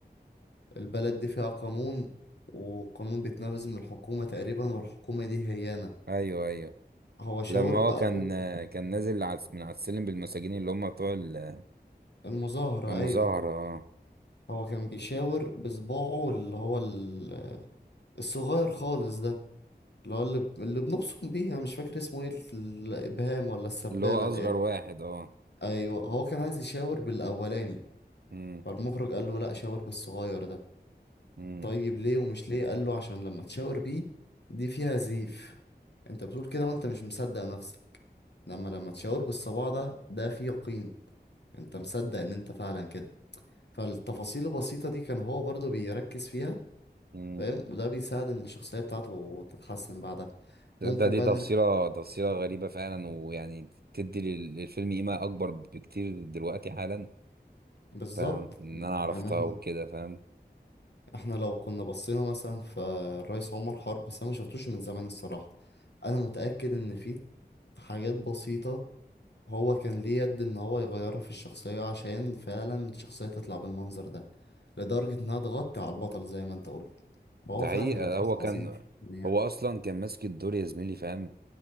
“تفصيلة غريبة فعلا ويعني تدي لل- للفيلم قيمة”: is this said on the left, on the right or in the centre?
Right